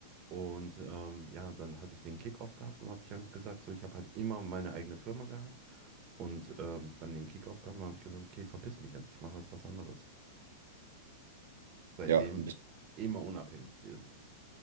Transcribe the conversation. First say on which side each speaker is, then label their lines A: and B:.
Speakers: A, on the right; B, on the right.
A: Und ähm, ja, dann hatte ich den Kickoff gehabt und habe ich dann gesagt, so, ich habe halt immer meine eigene Firma gehabt. Und ähm, dann den Kickoff gehabt und habe ich gesagt, okay, verpiss mich jetzt, ich mache jetzt was anderes seitdem
B: Ja, ein bisschen.
A: immer unabhängig gewesen.